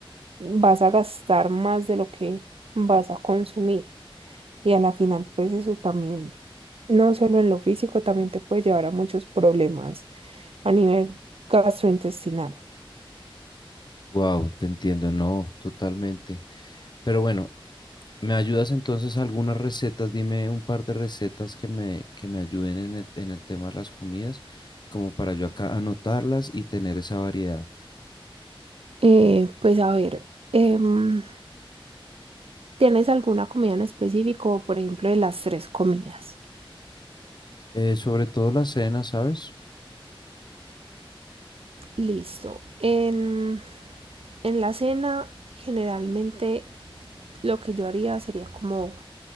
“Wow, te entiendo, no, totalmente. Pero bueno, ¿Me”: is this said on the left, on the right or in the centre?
Left